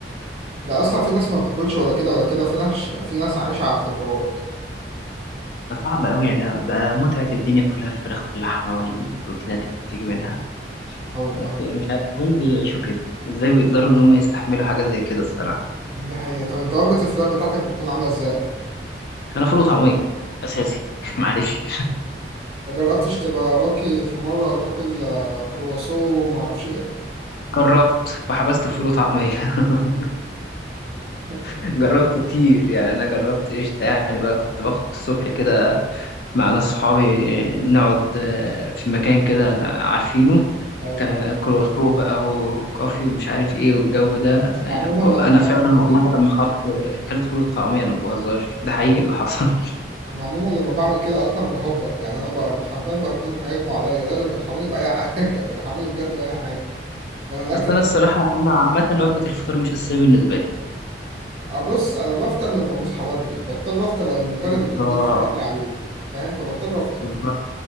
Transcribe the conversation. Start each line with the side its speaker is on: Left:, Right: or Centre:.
Right: ده اصلا في ناس ما بتاكلش ولا كده ولا كده في ناس في ناس عايشه على الخضروات
Left: ده صعب أوي يا جدع ده متعة الدنيا كلها في الفراخ واللحمة والبروتينات اللي بتيجي منها
Right: اه والله
Left: يعني مش عارف ازاي بيعيشوا كده ازاي بيقدروا إن هم يستحملوا حاجة زي كده الصراحة
Right: دي حقيقه طب انت وجبه الفطار بتاعتك بتكون عامله ازاي
Left: أنا فول وطعمية أساسي <laughs> معلش
Right: ما جربتش تبقى راقي في مره وتاكل آه، كرواسو وما اعرفش ايه
Left: جربت وحبست فول وطعمية <laughs>
Right: <laughs>
Left: جربت كتير يعني أنا جربت قشطة يعني بقى كنت باخد الصبح كده مع ناس صحابي نقعد آه، في مكان كده أنا- عارفينه
Right: ايوه
Left: ك- كروسو بقى وكافي ومش عارف ايه والجو ده آه،
Right: انا عموما
Left: وانا
Right: لما بعمل
Left: فعلا
Right: كده
Left: والله لما خرجت اكلت فول وطعمية انا ما بهزرش ده حقيقي اللي حصل <laughs>
Right: انا عموما لما بعمل كده اصلا بهبط يعني انا ب- حرفيا بكون هيغمى عليا لازم الحقوني باي حاجه <laughs> الحقوني بجد باي حاجه ده انا الاكل
Left: بس
Right: ده
Left: انا الصراحة يعني انا عامة وجبة الفطار مش اساسية بالنسبة لي
Right: ابص انا بفطر لما بصحى بدري بضطر افطر لان الغدا
Left: بالظبط
Right: بيكون الاكل بدري عليه فاهم فبضطر افطر
Left: بالظبط